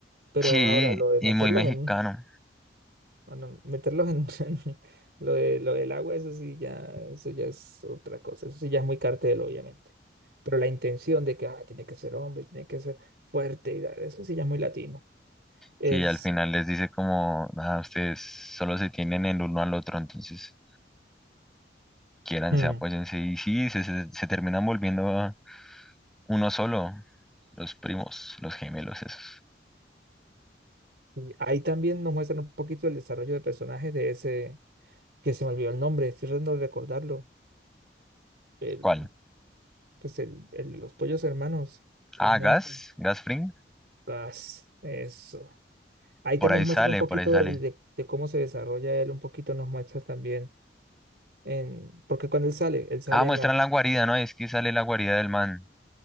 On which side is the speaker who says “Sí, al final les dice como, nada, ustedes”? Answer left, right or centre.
Centre